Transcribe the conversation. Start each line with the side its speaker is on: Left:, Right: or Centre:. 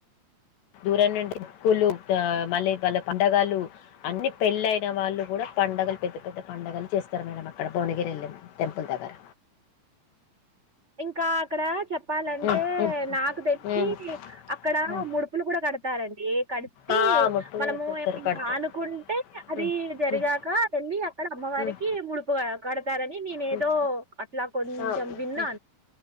Left: దూరం నుండి గుళ్ళు మళ్ళీ వాళ్ళ పండగలు అన్ని పెళ్ళయిన వాళ్ళు, కూడా పండుగలు పెద్ద, పెద్ద పండుగలు చేస్తారు. మేడం అక్కడ భువనగిరి వెళమ్ టెంపుల్ దగ్గర
Right: ఇంకా అక్కడ న చెప్ చెప్పాలంటే
Left: హ్మ్. హ్మ్.
Right: నాకు తెలిసి
Left: హ్మ్.
Right: అక్కడ
Left: హ్మ్.
Right: ముడుపులు కూడా కడతారండి. కడిపి
Left: ఆ! ముడుపులు
Right: మనము
Left: కడతారు.
Right: ఏమనా
Left: కడతారు.
Right: అనుకుంటే, అది
Left: హ్మ్.
Right: జరిగాక
Left: హ్మ్.
Right: వెళ్ళి అక్కడ అమ్మవారికి
Left: హ్మ్.
Right: ముడుపు కడతారని, నేను
Left: హ్మ్.
Right: ఏదో అట్లా కొంచెం
Left: ఆ!
Right: విన్నా.